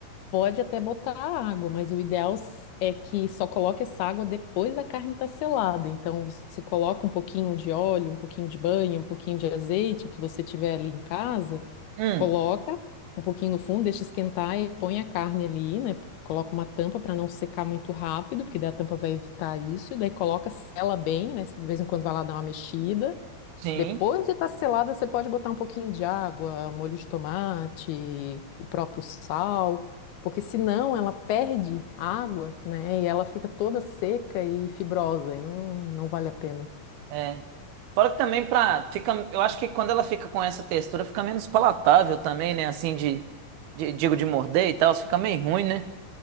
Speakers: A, on the left (about 85°); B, on the right (about 80°).
A: pode até botar água, mas o ideal s- é que só coloque essa água depois da carne estar selada. Então, você coloca um pouquinho de óleo, um pouquinho de banha, um pouquinho de azeite, o que você tiver ali em casa,
B: Hum,
A: coloca um pouquinho no fundo, deixa esquentar e põe a carne ali, né? Coloca uma tampa para não secar muito rápido, porque daí a tampa vai evitar isso. E daí coloca, sela bem, né? De vez em quando vai lá dar uma mexida.
B: sim.
A: Depois de estar selada, você pode botar um pouquinho de água, molho de tomate, o próprio sal, porque senão ela perde água, né? E ela fica toda seca e fibrosa, e não, não vale a pena.
B: É. Fora que também pra. Fica, eu acho que quando ela fica com essa textura, fica menos palatável também, né? Assim, de, de- digo, de morder e tal. Fica meio ruim, né?